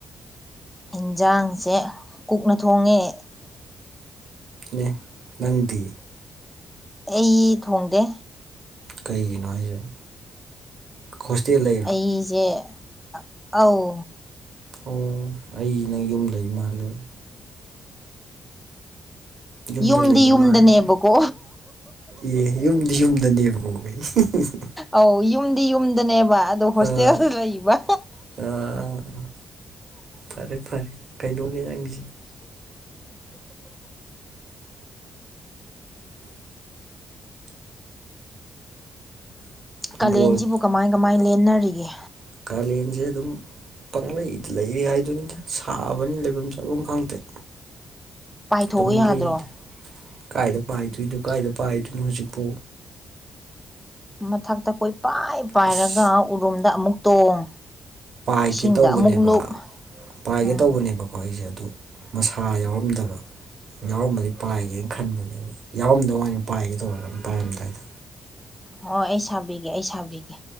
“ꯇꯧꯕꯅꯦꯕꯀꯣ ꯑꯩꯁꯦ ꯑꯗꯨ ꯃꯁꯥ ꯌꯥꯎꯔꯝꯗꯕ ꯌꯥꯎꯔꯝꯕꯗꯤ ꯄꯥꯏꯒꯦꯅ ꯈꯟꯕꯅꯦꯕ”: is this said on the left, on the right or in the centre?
Right